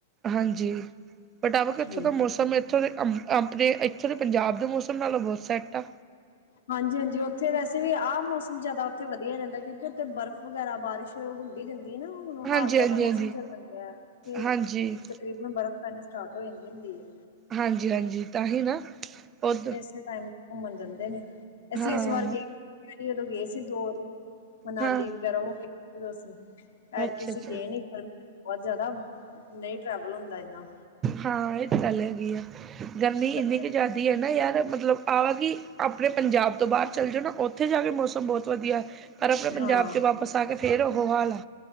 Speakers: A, on the right (about 25°); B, on the left (about 75°).
A: ਹਾਂਜੀ ਬਟ ਇੱਥੋਂ
B: ਠੀਕ
A: ਦਾ ਮੌਸਮ ਇੱਥੋਂ ਦੇ ਅ ਆਪਣੇ ਇੱਥੇ ਦੇ ਪੰਜਾਬ ਦੇ ਮੌਸਮ ਨਾਲੋਂ ਬਹੁਤ ਸੈਟ ਆ।
B: ਹਾਂਜੀ ਹਾਂਜੀ, ਉੱਥੇ ਵੈਸੇ ਵੀ ਆਹ ਮੌਸਮ ਜਿਆਦਾ ਉੱਥੇ ਵਧੀਆ ਹੀ ਰਹਿੰਦਾ, ਕਿਉਂਕਿ ਉੱਥੇ ਬਰਫ਼ ਵਗੈਰਾ ਬਾਰਿਸ਼ ਹੁੰਦੀ ਰਹਿੰਦੀ ਹੈ ਨਾ। ਹੁਣ
A: ਹਾਂਜੀ
B: ਹਾੜ ਦਾ
A: ਹਾਂਜੀ
B: ਤਾਂ
A: ਹਾਂਜੀ
B: ਮੌਸਮ ਚੱਲਾ ਜਾਂਦਾ ਹੈ, ਉੱਥੇ
A: ਹਾਂਜੀ,
B: ਤਕਰੀਬਨ ਬਰਫ਼ ਪੈਣੀ ਸਟਾਰਟ ਹੋ ਜਾਂਦੀ ਹੁੰਦੀ ਹੈ।
A: ਹਾਂਜੀ ਹਾਂਜੀ ਤਾਂ ਹੀ ਨਾ ਉਦ
B: ਐਸੇ ਟਾਇਮ ਘੁੰਮਣ ਜਾਂਦੇ ਨੇ। ਅਸੀਂ
A: ਹਾਂ,
B: ਇਸ ਵਾਰ ਗਏ ਉਦੋਂ ਗਏ ਸੀ ਦੋ ਵਾਰੀ, ਮਨਾਲੀ
A: ਹਾਂ
B: ਵਗੈਰਾ ਹੋ ਕੇ ਉਦੋਂ ਅਸੀ ਐਦਕੀ
A: ਅੱਛਾ,
B: ਅਸੀਂ
A: ਅੱਛਾ
B: ਗਏ ਨੀ, ਗਰਮੀ ਬਹੁਤ ਜ਼ਿਆਦਾ ਨਹੀਂ ਟਰੈਵਲ ਹੁੰਦਾ ਇਨਾ
A: ਹਾਂ ਇਹ ਤੇ ਗੱਲ ਹੈਗੀ ਆ, ਗਰਮੀ
B: ਬੱਚਿਆਂ
A: ਇੰਨੀ ਕੁ
B: ਦੇ
A: ਜ਼ਿਆਦਾ ਨਾ ਯਾਰ, ਮਤਲਬ ਆ ਕਿ ਆਪਣੇ ਪੰਜਾਬ ਤੋਂ ਬਾਹਰ ਚੱਲ ਜਾਓ ਨਾ, ਉੱਥੇ ਜਾ ਕੇ ਮੌਸਮ ਬਹੁਤ ਵਧੀਆ ਪਰ ਅਪਣੇ
B: ਹਾਂ
A: ਪੰਜਾਬ ਚ ਵਾਪਿਸ ਆ ਕੇ ਫੇਰ ਉਹੋ ਹਾਲ ਆ,